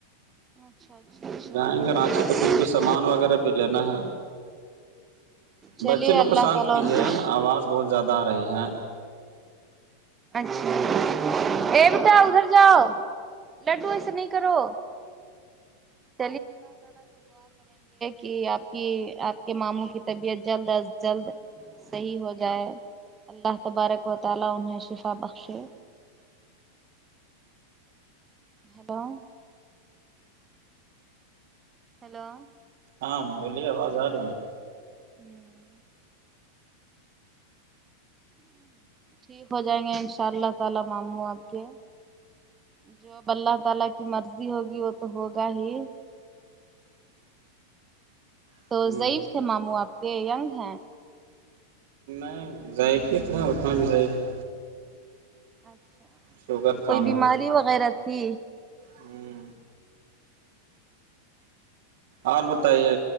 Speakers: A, on the right; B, on the right.
A: اچھا اچھا
B: جائیں گے رانچی
A: اچھا
B: تو کچھ کچھ سامان وغیرہ پہ لینا ہے
A: چلیے
B: بچے لوگ
A: اللہ
B: کو شانت
A: تعالی
B: کیجیے
A: ان کو
B: آواز بہت زیادہ آ رہی ہے
A: اچھا ا بتا ادھر جاؤ لڈو ایسے نہیں کرو <unintelligible> کے ماموں کی طبیعت جلد از جلد <unintelligible> ہیلو ہیلو
B: ہاں بولیے آواز آ رہی ہے
A: ہوں ٹھیک ہو جائیں گے ان شاء اللہ تعالی معاموں آپ کے <unintelligible>
B: ہے
A: تو ضعیف
B: ہ
A: تھے ماموں آپ کے ینگ ہیں
B: آ جاہ پے تو اتنا بھی جاہ پے
A: اچھا
B: شوگر تھا
A: کوئی
B: ان
A: بیماری
B: کا
A: وغیرہ تھی
B: ہ اور بتائیے